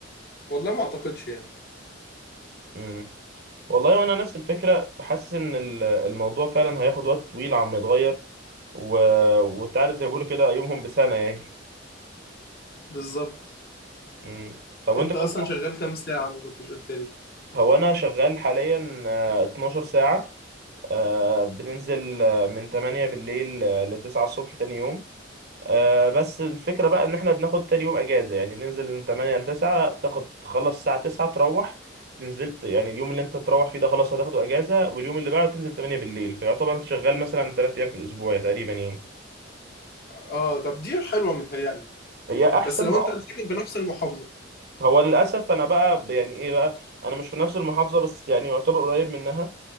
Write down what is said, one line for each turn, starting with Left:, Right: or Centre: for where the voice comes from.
Left: والله ما أعتقدش يعني
Right: امم والله وانا نفس الفكرة بحس ان ال- الموضوع فعلا هياخد وقت طويل عم يتغير و... وتعرف زي ما بيقولوا كده يومهم بسنة يعني
Left: بالظبط
Right: امم طب وانت
Left: انت
Right: كنت
Left: اصلا شغال كام ساعة ما كنتش قلت لي
Right: هو انا شغال حاليا آه، 12 ساعة آه، بننزل آه، من 8 بالليل ل 9 الصبح تاني يوم آه بس الفكرة بقى ان احنا بناخد تاني يوم اجازة يعني بننزل من 8 ل 9 تاخد تخلص الساعة 9 تروح نزلت يعني اليوم اللي انت تروح فيه ده خلاص هتاخده اجازة واليوم اللي بعده تنزل 8 بالليل فيعتبر انت شغال مثلا 3 ايام في الاسبوع تقريبا يعني
Left: اه طب دي حلوة متهيألي
Right: هي
Left: بس
Right: احسن
Left: لو
Right: اه
Left: انت ساكن في نفس المحافظة
Right: هو للاسف انا بقى ب- يعني ايه بقى انا مش في نفس المحافظة بس يعني يعتبر قريب منها